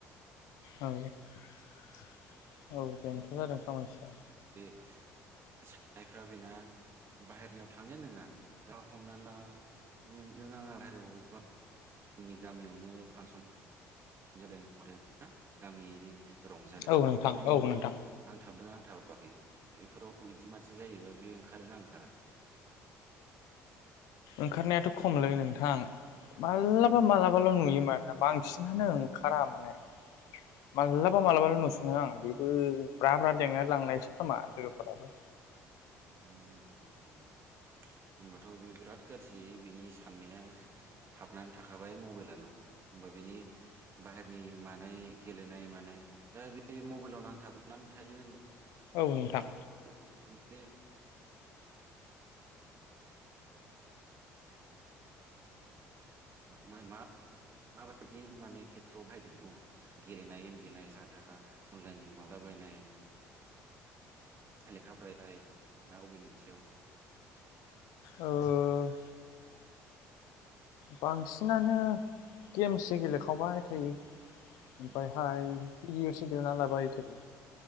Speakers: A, on the left; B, on the right.
A: औ-औ बेनोथ' जादों फारमासिया
B: सानायफ्रा बेना बाहेरनियाव थांनायानो नङा गा हमना ला नों आङा बाहेरायाव बा जोंनि गामियावनो फांसन जादों मादो ना गामियैनो रंजादों
A: औ नोंथां
B: दा बे
A: औ
B: बेयाव
A: नोंथां
B: नांथाबदोंना नांथाबाखै बेफोराव बिदि मानसि जायोबा बेयो ओंखारोना ओंखारा
A: ओंखारनायाथ खमलै नोंथां मालाबा- मालाबाल' नुयो माथो बांसिनानो ओंखारा माने मालाबा - मालाबाल नुसुनो आं बे बो ब्रा-ब्रा लेंना लांनायसो खोमा लोगोफोराबो
B: ओ हो हो हो होमबाथ' बे बिराद गाज्रि बिनि साननाया हाबनानै थाखाबाय मबेलाल होमबा बिनि बाहेरनि मानाय गेलेनाय मानाय दा बे मबेलाव नांथाबनानै थायो होन
A: औ नोंथां
B: <unintelligible> मा मा माबायदि माने खेथ्रआव बाहायदों बे मबेलखौ गेलेनाय गेम गेलेनाय जाहा थाहा अनलाइन माबाला बायनाय लेखा फराय ना बबे मोनसेयाव?
A: ओ बांसिनानो गेमसो गेलेखावबाय थायो ओमफायहाय
B: अह'
A: इस <unintelligible> लाबाय थायो।